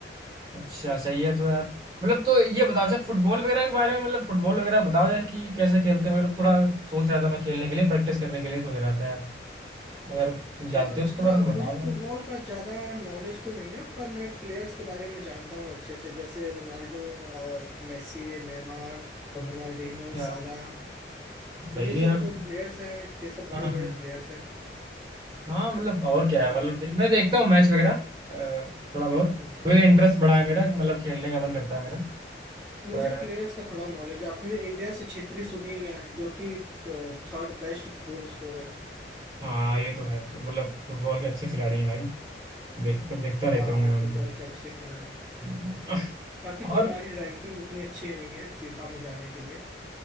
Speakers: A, on the right (about 25°); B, in the centre.
A: अच्छा, सही है तो यार मतलब तो ये बताओ अच्छा फुटबॉल वगैरह के बारे में मतलब फुटबॉल वगैरह बताओ यार कि कैसे खेलते हैं मतलब थोड़ा सोच रहा था मैं खेलने के लिए प्रैक्टिस करने के लिए सोच रहा था यार अगर तुम जानते
B: चल
A: हो उसके
B: ना
A: बारे में तो बताओ
B: मुझे फुटबॉल का ज्यादा नॉलेज तो नहीं है पर मैं प्लेयर्स के बारे में जानता हूँ अच्छे से जैसे रोनाल्डो और मेसी नेमार रोनाल्डिनो
A: यार
B: साला
A: अच्छा सही
B: ये
A: है
B: सब
A: यार
B: जो प्लेयर्स हैं ये सब बड़े
A: हाँ हाँ
B: बड़े प्लेयर्स हैं
A: हाँ मतलब और क्या
B: और
A: है मतलब
B: हम
A: दे- मैं देखता हूँ मैच वगैरह अ, थोड़ा बहुत
B: हम्म,
A: मेरा इंटरेस्ट बढ़ा है मेरा मतलब खेलने का मन करता है मेरा
B: मुझे
A: पर
B: प्लेयर्स का थोड़ा नॉलेज है अपने इंडिया से छित्री सुनील है जो कि थर्ड बेस्ट गोल स्कोरर
A: हाँ ये तो है मतलब फुटबॉल के अच्छे खिलाड़ी हैं भाई देख तो देखता
B: है
A: रहता
B: हाँ
A: हूँ
B: वो
A: मैं उनको
B: फुटबॉल के अच्छे खिलाड़ी हैं
A: <laughs>
B: अभी
A: और
B: तो हमारी रैंकिंग उतनी अच्छी नहीं है फीफा में जाने के लिए